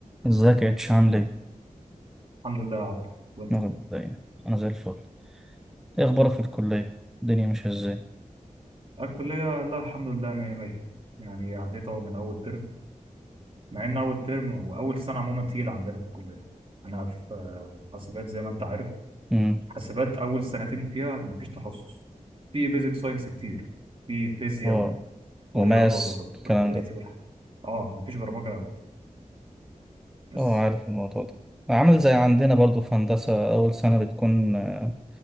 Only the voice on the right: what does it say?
الحمد لله يا عبد وانت
الكلية لا الحمد لله مية مية يعني عديت اهو من أول ترم مع إن أول ترم وأول سنة عموما تقيلة عندنا في الكلية أنا في حاسبات زي ما أنت عارف
حاسبات أول سنتين فيها مفيش تخصص في بيزك ساينس كتير في فيزياء
ورياضة
وبروبابيليتي
والحاجات اه مفيش برمجة أوي بس